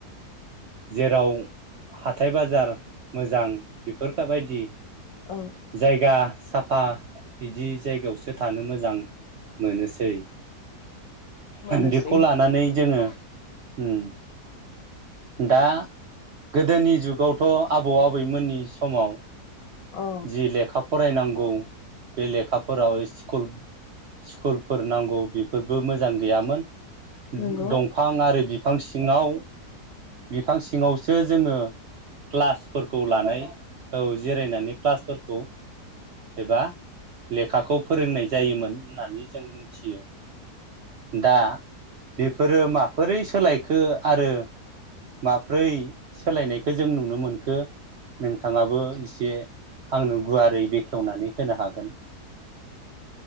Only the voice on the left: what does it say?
औ
मोनोसै
औ
नंगौ